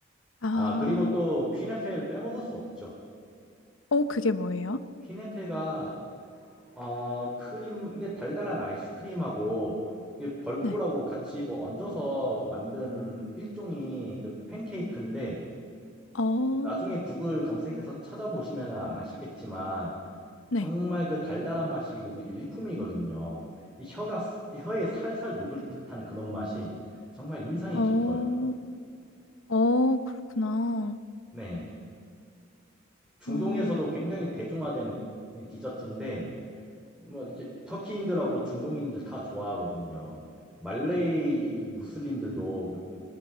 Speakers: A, on the left; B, in the centre.
A: 아,
B: 아, 그리고 또 퀸에펠 빼먹을 수 없죠.
A: 어 그게 뭐예요?
B: 피네페가 어, 크림 이게 달달한 아이스크림하고 이게 벌꿀하고
A: 네,
B: 같이 뭐 얹어서 그 만든 일종의 그 팬케이크인데
A: 어,
B: 나중에 구글 검색해서 찾아보시면 아시겠지만
A: 네,
B: 정말 그 달달한 맛이 그 일품이거든요. 이 혀가 혀에 살살 녹을 듯한 그런 맛이 정말 인상이
A: 어,
B: 깊어요.
A: 어 그렇구나.
B: 네. 중동에서도
A: 어,
B: 굉장히 대중화된 디저트인데 뭐 이제 터키인들하고 중동인들 다 좋아하거든요. 말레이 무슬림들도 그